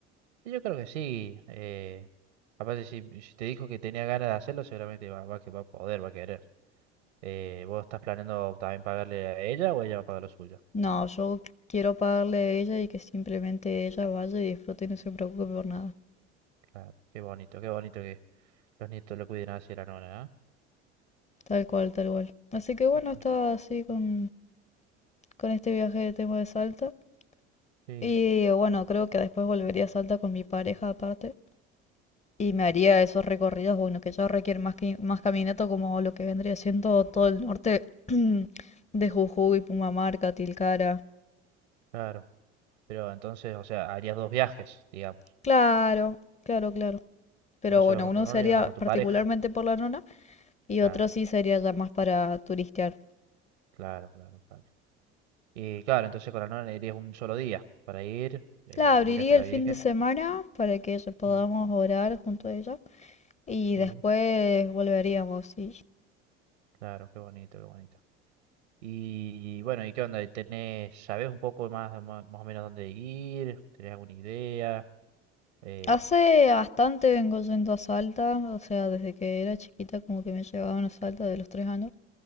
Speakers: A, on the right; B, on the left.
A: Y yo creo que sí. Eh, aparte, si, si te dijo que tenía ganas de hacerlo, seguramente va, va, que va a poder, va a querer. Eh, ¿vos estás planeando también pagarle a ella o ella va a pagar lo suyo?
B: No, yo quiero pagarle a ella y que simplemente ella vaya y disfrute y no se preocupe por nada.
A: Claro, qué bonito, qué bonito que los nietos lo cuiden así a la nona, ¿ah?
B: Tal cual, tal cual. Así que bueno,
A: Tal cual.
B: estaba así con, con este viaje que tengo de Salta.
A: Sí,
B: Y bueno, creo que después volvería a Salta con mi pareja aparte. Y me haría esos recorridos, bueno, que ya requieren más, que, más caminata como lo que vendría siendo todo el norte <clears throat> de Jujuy, Pumamarca, Tilcara.
A: claro. Pero entonces, o sea, harías dos viajes, digamos.
B: Claro, claro, claro. Pero
A: Uno solo
B: bueno,
A: con
B: uno
A: tu nona
B: sería
A: y uno con tu
B: particularmente
A: pareja.
B: por la nona y
A: Claro,
B: otro sí sería ya más para turistear.
A: claro, claro, claro. Y claro, entonces con la nona irías un solo día para ir, eh,
B: La abriría
A: ir hasta la
B: el
A: Virgen.
B: fin de semana para que ya podamos
A: Sí,
B: orar junto a ella. Y
A: sí,
B: después volveríamos, sí.
A: claro, qué bonito, qué bonito. Y bueno, ¿y qué onda? ¿Tenés, sabés un poco más, más, más o menos dónde ir? ¿Tenés alguna idea? Eh,
B: Hace bastante vengo yendo a Salta, o sea, desde que era chiquita como que me llevaban a Salta de los tres años.